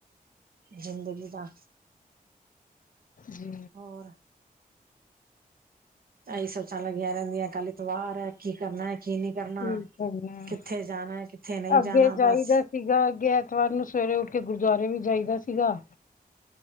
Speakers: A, on the right; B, on the left.
A: ਜ਼ਿੰਦਗੀ ਦਾ।
B: ਜੀ।
A: ਹੋਰ ਆਹੀਂ ਸੋਚਾਂ ਲੱਗੀਆਂ ਰਹਿੰਦੀਆਂ ਕੱਲ ਐਤਵਾਰ ਏ ਕੀ ਕਰਨਾ ਹੈ ਕੀ ਨਹੀਂ। ਕਰਨਾ,
B: ਕੀ ਕਰਨਾ
A: ਕਿੱਥੇ ਜਾਣਾ, ਕਿੱਥੇ ਨਹੀਂ
B: ਅੱਗੇ
A: ਜਾਣਾ
B: ਜਾਈਦਾ
A: ਬਸ।
B: ਸੀਗਾ ਅੱਗੇ ਐਤਵਾਰ ਨੂੰ ਸਵੇਰੇ ਉੱਠ ਕੇ ਗੁਰਦੁਆਰੇ ਵੀ ਜਾਈਦਾ ਸੀਗਾ।